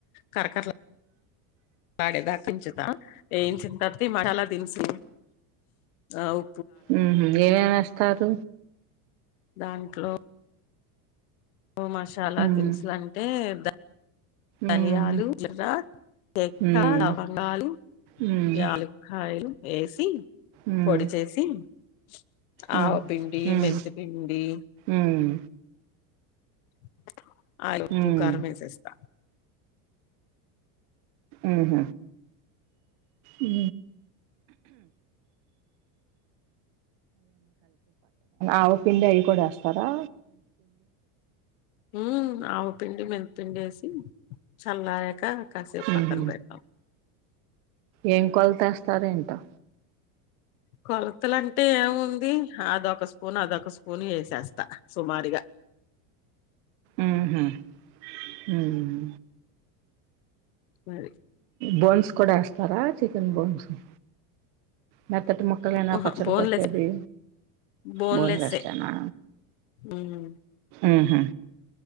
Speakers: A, on the left; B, on the right.
A: కరకర వాడేదాక ఏంచుతా తర్తి మసాల దినుసు అవు
B: ఉ హ్ ఏమేమి వేస్తారు
A: దాంట్లో ఉ మషాల
B: ఉమ్
A: దినుసు అంటే ద ధనియాలు
B: ఉమ్
A: జీలకర్ర తెక్క
B: ఉమ్
A: లవంగాలు
B: ఉమ్
A: యూ లుక్కాయలు ఏసీ
B: ఉమ్
A: పొడి చేసి ఇన్అడిబుల్
B: ఉమ్
A: ఆవపిండి
B: ఉమ్
A: మెంత పిండి
B: ఉమ్
A: ఇనోఅడిబుల్ ఆయే ఉప్పు
B: ఉమ్
A: కారం ఎసేస్తా
B: ఆహ ఉ ఆవుపిండి అవి కూడా వేస్తారా
A: ఉమ్ ఆవుపిండి మెంతుపిండి వేసి చల్లారాక కాసేపు
B: ఉహు
A: పక్కన పెడతాం
B: ఏం కొలత ఏస్తారో ఏంటో
A: కొలతలంటే ఏముంది అదొక స్పూన్ అదొక స్పూన్ వేసేస్తా సుమారుగా
B: ఆహుమ్ ఉమ్
A: మరి
B: బోన్స్ కూడా ఎస్త పోరా చికెన్ బోన్స్ ఆ మెత్తటి ముక్కలైనా
A: ఓహా
B: పచ్చడి
A: బోన్లెస్
B: పట్టేది
A: బోన్లెస్సే
B: బోన్లెస్ ఏ నా
A: హ్మ్
B: ఉహుహు